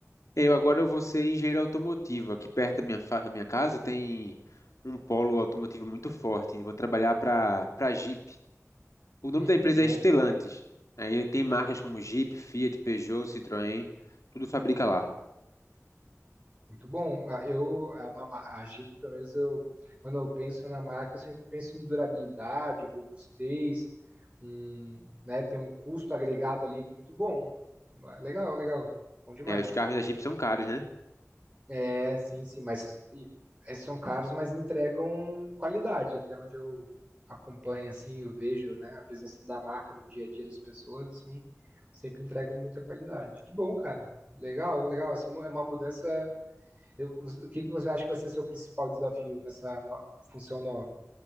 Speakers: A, on the left; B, on the right.
A: Eu agora eu vou ser engenheiro automotivo. Aqui perto da minha, fa- da minha casa tem um polo automotivo muito forte. Eu Vou trabalhar para para Jeep. O nome
B: Hum,
A: da empresa
B: bom.
A: é Stellantis. Aí ele tem marcas como Jeep, Fiat, Peugeot, Citroën, tudo fabrica lá.
B: Muito bom. Ah, Eu, a, ma- a Jeep, pelo menos, eu, quando eu penso na marca, eu sempre penso em durabilidade, robustez, um, né, tem um custo agregado ali muito bom. Ah, Legal, legal. Bom demais.
A: É, os carros da Jeep são caros, né?
B: É, sim, sim, mas e- é, são caros, mas entregam qualidade, até onde eu acompanho, assim, eu vejo, né, a presença da marca no dia a dia das pessoas, assim, sempre entregam muita qualidade. Que bom, cara. Legal, legal. Essa mu- é uma mudança eu, o que, que você acha que vai ser seu principal desafio nessa no- função nova?